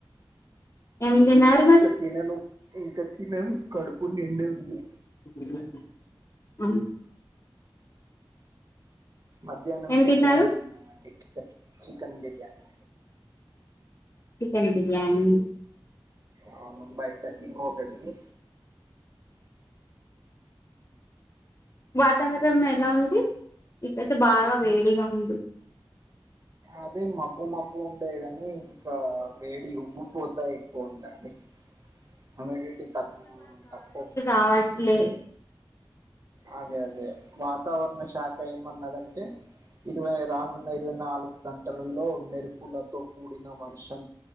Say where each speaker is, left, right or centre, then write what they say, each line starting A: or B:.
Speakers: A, on the left; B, on the right.
A: ఏం తిన్నారు మరి
B: తిన్నను ఇంకా తిన్నను కడుపు నిండి ఉంది
A: ఉ హు అవును
B: మధ్యాహ్నం
A: ఏం
B: బిర్యానీ
A: తిన్నారు
B: తిన్నానండి chicken chicken biryani
A: chicken biryani
B: అవును బయటకి ఓపెన్ ఉంది
A: వాతావరణం ఎలా ఉంది ఇక్కైతే బాగా వేడిగా ఉంది
B: అదే మబ్బు మబ్బు ఉండేగానీ ఇంకా వేడి ఉబ్బుపోతాయి పోతంది హ్యూమిడిటీ తక్కువ తక్కువచు
A: అవ్వట్లే
B: అదే అదే వాతావరణ శాఖ ఏమన్నదంటే ఇరవై రానున్న ఇరవై నాలుగు గంటలలో మెరుపులతో కూడిన వర్షం